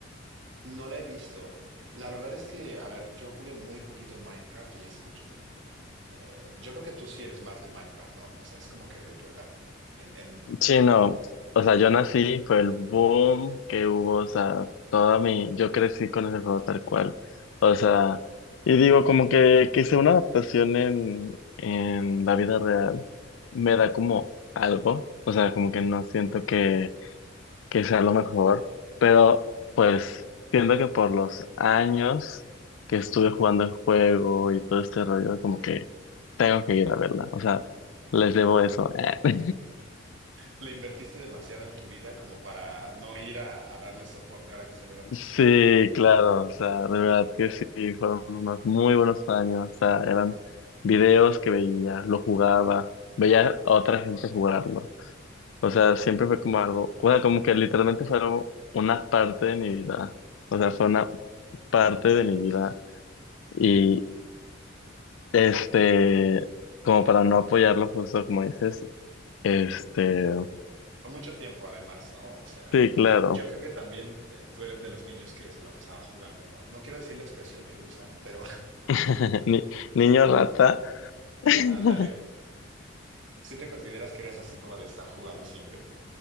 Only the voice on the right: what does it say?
No la he visto. La verdad es que, a ver, yo jugué muy poquito Minecraft y hace mucho tiempo. Eh, yo creo que tú sí eres más de Minecraft, ¿no? O sea, es como que de tu edad. En, en-
Le invertiste demasiado en tu vida como para no ir a, a darle soporte ahora que salió la película.
Fue mucho tiempo además, ¿no? O sea,
yo creo que también eh, tú eres de los niños que se la pasaba jugando, ¿no? No quiero decir la expresión que usan, pero
<laughs> ándale. ¿Sí te consideras que eras así como de estar jugando siempre?